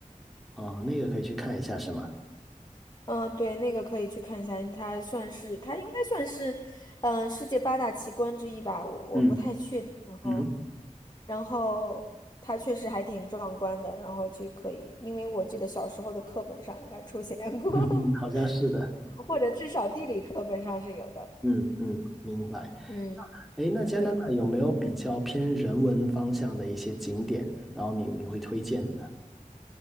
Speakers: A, in the centre; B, on the left.
A: 哦，那个可以去看一下，是吗？
B: 嗯，对，那个可以去看一下，因为它算是它应该算是，嗯、世界八大奇观之一吧，我我不太确定哈。
A: 嗯嗯哼。
B: 然后它确实还挺壮观的，然后就可以，因为我记得小时候的课本上应该出现过，
A: <laughs> 嗯哼，好像是的，
B: <laughs> 或者至少地理课本上是有的。
A: 嗯嗯，明白。
B: 嗯，
A: 诶，那加拿大有没有比较偏人文方向的一些景点，
B: 对。
A: 然后你你会推荐的呢？